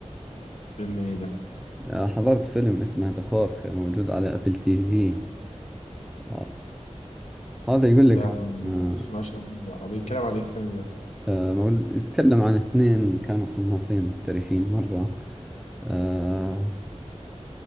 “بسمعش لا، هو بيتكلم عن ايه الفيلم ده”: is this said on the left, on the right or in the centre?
Left